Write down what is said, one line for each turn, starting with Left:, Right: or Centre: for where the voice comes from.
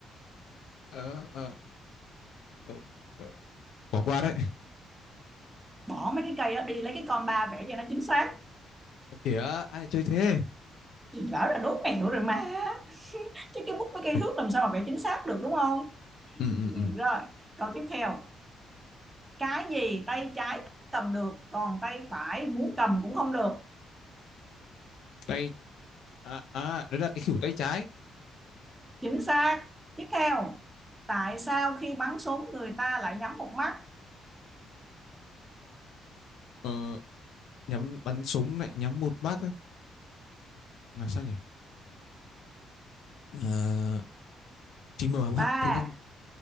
Left: Ờ, ờ, ờ, ờ. bỏ qua đấy
Right: Bỏ mấy cái cây đó đi lấy cái con ba vẽ cho nó chính xác.
Left: Ơ kìa ai lại chơi thế
Right: Chị bảo là đố mẹo rồi mà. <laughs> Chứ cái bút với cây
Left: ừ,
Right: thước làm sao mà vẽ chính xác được đúng không?
Left: ừ, ừ.
Right: Ừ,
Left: ừ.
Right: Rồi, câu tiếp theo. Cái gì tay trái cầm được còn tay phải muốn cầm cũng không được.
Left: tay à, à đấy là cái khỉu tay trái
Right: Chính xác. Tiếp theo, tại sao khi bắn súng người ta lại nhắm một mắt?
Left: ờ, nhắm bắn súng lại nhắm một mắt á. là sao nhỉ Ờ, chỉ mở
Right: ba
Left: hạn thực ra